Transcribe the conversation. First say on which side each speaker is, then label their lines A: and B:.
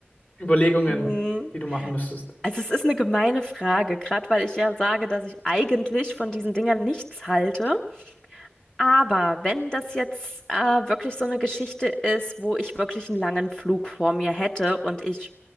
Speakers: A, on the left (about 40°); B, on the left (about 15°).
A: Überlegungen,
B: Mhm.
A: die du machen müsstest?
B: Also es ist eine gemeine Frage, gerade weil ich ja sage, dass ich eigentlich von diesen Dingern nichts halte. Aber wenn das jetzt äh, wirklich so eine Geschichte ist, wo ich wirklich einen langen Flug vor mir hätte und ich